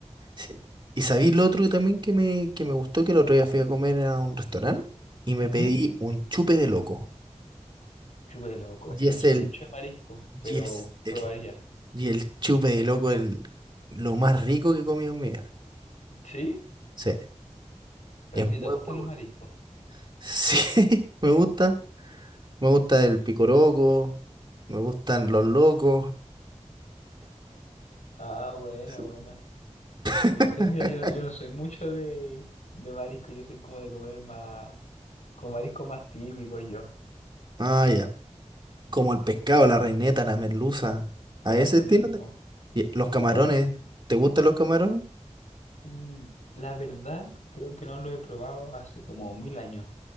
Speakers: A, on the right; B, on the left.
A: Sí. Y sabí lo otro que también que me, que me gustó, que el otro día fui a comer a un restaurante y me
B: Ujú.
A: pedí un chupe de loco.
B: Chupe loco,
A: Y
B: es que
A: es
B: no soy
A: el,
B: mucho de marisco, pero
A: y es el,
B: probaría.
A: y el chupe de loco, el, lo más rico que he comido en mi vida.
B: ¿Sí?
A: Sí,
B: ¿Pero
A: es
B: a ti
A: muy,
B: te gustan
A: muy
B: los
A: bueno.
B: mariscos?
A: Sí, <laughs> me gusta. Me gusta el picoroco, me gustan los locos.
B: Ah, buena,
A: Sí.
B: buena.
A: <laughs>
B: No sé, mira, yo, no- yo no soy mucho de, de marisco, yo soy como de comer más, como mariscos más típicos yo.
A: Ah, ya. Como el pescado, la reineta, la merluza. A
B: Eso
A: ese estilo.
B: mismo.
A: de- y Los camarones.
B: Sí, yo-
A: ¿Te gustan los camarones?
B: Mm, La verdad, creo que no lo he probado hace como mil años,